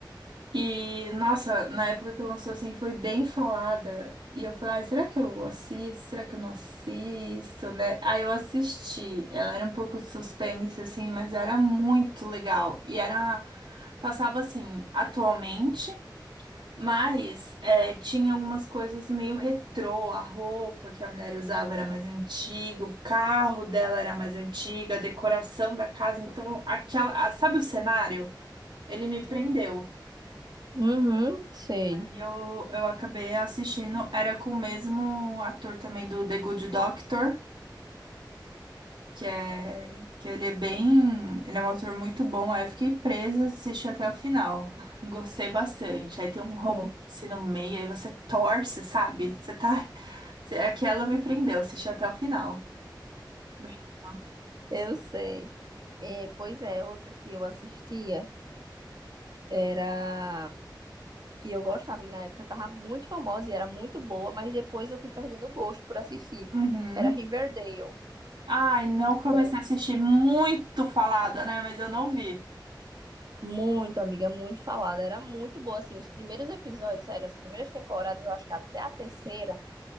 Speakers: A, on the right; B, on the right.
A: E, nossa, na época que lançou, assim, foi bem falada. E eu falei, ai, será que eu assisto? Será que eu não assisto, né? Aí eu assisti. Ela era um pouco de suspense, assim, mas era muito legal. E era... Passava, assim, atualmente, mas é, tinha algumas coisas meio retrô. A roupa que a mulher usava era mais antiga, o carro dela era mais antiga, a decoração da casa. Então, aquela... a- Sabe o cenário? Ele me prendeu.
B: Uhum, sei.
A: E eu, eu acabei assistindo, era com o mesmo ator também do The Good Doctor, que é que ele é bem, ele é um ator muito bom. Aí eu fiquei presa, assisti até o final. <laughs> Gostei bastante. Aí tem um romance
B: Hum,
A: no meio, aí você torce, sabe? Você tá, você- aquela me prendeu, assisti até o final. Bem legal.
B: Eu sei. É, pois é, outra que eu assistia era que eu gostava e na época tava muito famosa e era muito boa, mas depois eu fui perdendo o gosto por assistir.
A: Uhum.
B: Era Riverdale,
A: Ai, não
B: que
A: comecei
B: era
A: a assistir muito falada, né? Mas eu não vi.
B: muito, amiga, muito falada, era muito boa assim, os primeiros episódios, sério, as primeiras temporadas, eu acho que até a terceira